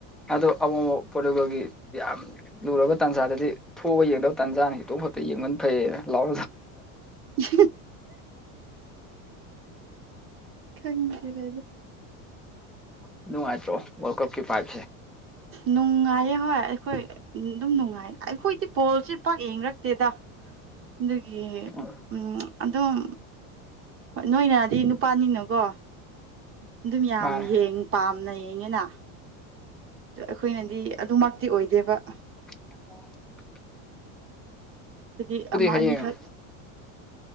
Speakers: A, in the centre; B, on the right.
A: ꯑꯗꯣ ꯑꯃꯛꯕ ꯄꯣꯠꯇꯒꯤ ꯌꯥꯝ ꯂꯨꯔꯕ ꯇꯥꯟꯖꯥꯗꯗꯤ ꯊꯣꯛꯑꯒ ꯌꯦꯡꯗꯕ ꯇꯥꯟꯖꯥꯅꯤ ꯍꯈꯤꯛꯇꯣꯛ ꯐ ꯑꯌꯨꯛ ꯉꯟ ꯐꯩꯌꯦꯅ ꯂꯥꯎ
B: <inaudible> ꯈꯪꯖꯔꯦꯗ
A: ꯅꯅꯨꯡ ꯃꯥꯇ꯭ꯔꯣ ꯀ ꯀ ꯄꯥꯏ
B: ꯅꯨꯡꯉꯥꯏꯌꯦ ꯍꯣꯏ ꯑꯩꯈꯣꯏ ꯑꯗꯨꯝ ꯅꯨꯡꯉꯥꯏꯌꯦ ꯑꯩꯈꯣꯏꯗꯤ ꯄꯣꯜꯁꯦ ꯄꯥꯛ ꯌꯦꯡꯔꯛꯇꯦꯗ ꯑꯗꯨꯒꯤ
A: ꯎꯝ
B: ꯎ ꯑꯗꯨꯝ ꯍꯣꯏ ꯅꯣꯏꯅꯗꯤ ꯅꯨꯄꯥꯅꯤꯅꯀꯣ ꯑꯗꯨꯝ ꯌꯥꯝ
A: ꯃꯥꯅꯦ
B: ꯌꯦꯡ ꯄꯥꯝꯅꯩꯌꯦ ꯑꯦꯉꯅ ꯑꯩꯈꯣꯏꯅꯗꯤ ꯑꯗꯨꯃꯛꯇꯤ ꯑꯣꯏꯗꯦꯕ
A: ꯑꯣ
B: ꯑꯗꯒꯤ ꯑꯃ
A: ꯍꯌꯦꯡ
B: ꯑꯅꯤꯈꯛ